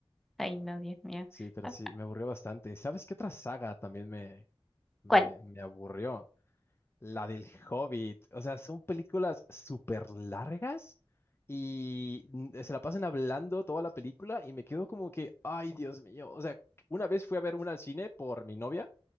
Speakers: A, in the centre; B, on the left.
A: Ay, no, Dios mío.
B: Sí, pero
A: Ah,
B: sí, me aburrió bastante. ¿Sabes qué otra saga también me, me,
A: ¿Cuál?
B: me aburrió? La del Hobbit. O sea, son películas súper largas y mm, se la pasan hablando toda la película y me quedo como que, ay, Dios mío. O sea, una vez fui a ver una al cine por mi novia.